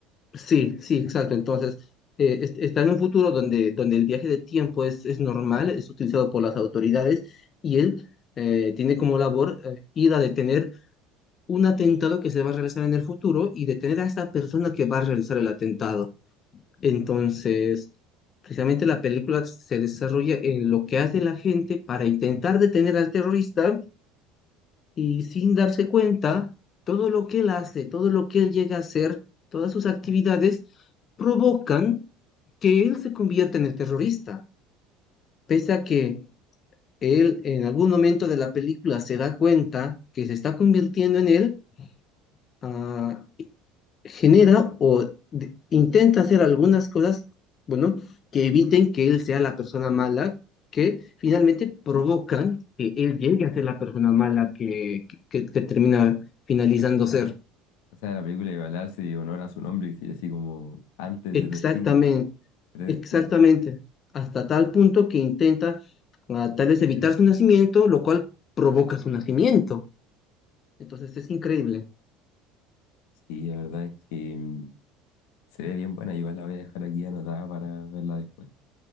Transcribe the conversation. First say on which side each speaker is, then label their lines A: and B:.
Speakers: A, on the left; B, on the left.
A: Sí, sí, exacto. Entonces, eh, es- está en un futuro donde, donde el viaje de tiempo es, es normal, es utilizado por las autoridades y él eh, tiene como labor eh, ir a detener un atentado que se va a realizar en el futuro y detener a esta persona que va a realizar el atentado. Entonces, precisamente la película se desarrolla en lo que hace la gente para intentar detener al terrorista y sin darse cuenta, todo lo que él hace, todo lo que él llega a hacer, todas sus actividades provocan que él se convierte en el terrorista, pese a que él en algún momento de la película se da cuenta que se está convirtiendo en él, ah, genera o de- intenta hacer algunas cosas, bueno, que eviten que él sea la persona mala, que finalmente provocan que él llegue a ser la persona mala que, que, que- que termina finalizando ser.
B: O sea, la película igual hace honor a su nombre, que sería así como antes
A: Exactamente.
B: de destino, predestino.
A: Exactamente, hasta tal punto que intenta ah, tal vez evitar
B: <clears throat>
A: su nacimiento, lo cual provoca su nacimiento. Entonces es increíble.
B: Sí, la verdad es que... mm, Se ve bien buena, igual la voy a dejar aquí anotada para verla después.